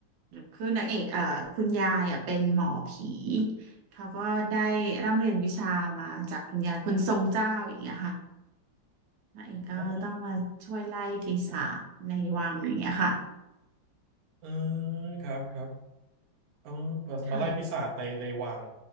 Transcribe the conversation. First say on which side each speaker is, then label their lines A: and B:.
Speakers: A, on the right; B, on the right.
A: คือนางเอกเอ่อคุณยายอ่ะเป็นหมอผี เขาก็ได้ร่ำเรียนวิชามาจากคุณยายคนทรงเจ้าอย่างเงี้ยค่ะ พระเอกก็ต้องมาช่วยไล่ปีศาจในวังอย่างเงี้ยค่ะ
B: อ๋อเออครับครับเออ
A: ค่ะ
B: มาไล่ปีศาจในในวัง